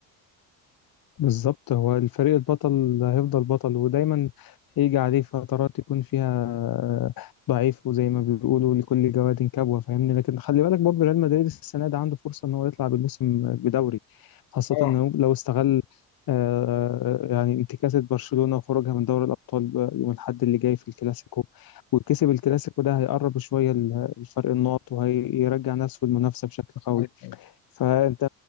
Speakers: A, on the left (about 60°); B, on the left (about 80°).
A: بالظبط هو الفريق البطل هيفضل بطل ودايما هيجي عليه فترات يكون فيها ضعيف وزي ما بيقولوا لكل جواد كبوة فاهمني لكن خلي بالك برضه ريال مدريد السنة دي عنده فرصة إن هو يطلع بالموسم بدوري خاصة
B: اه
A: إنه لو استغل آه، يعني انتكاسة برشلونة وخروجها من دوري الأبطال يوم الأحد اللي جاي في الكلاسيكو وكسب الكلاسيكو ده هيقرب شوية الفرق النقط وهيرجع نفسه المنافسة بشكل قوي
B: أيوه أيوه
A: فانت